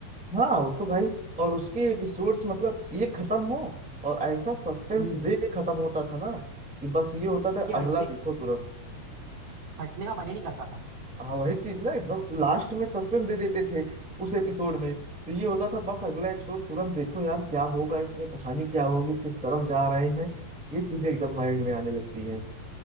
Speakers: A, in the centre; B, on the right (about 75°).
A: हाँ वो तो भाई और उसके एपिसोड्स मतलब ये खत्म हो और ऐसा सस्पेंस
B: हम्म
A: दे के खत्म होता था ना कि बस ये होता था
B: ये हटने
A: अगला देखो तुरंत
B: हटने का मन ही नहीं करता था
A: हाँ वही चीज ना एकदम लास्ट में सस्पेंस दे देते थे उस एपिसोड में तो ये होता था बस अगला एपिसोड तुरंत देखो यार क्या होगा इसमें कहानी क्या होगी किस तरफ जा रहे हैं ये चीजें एकदम माइंड में आने लगती हैं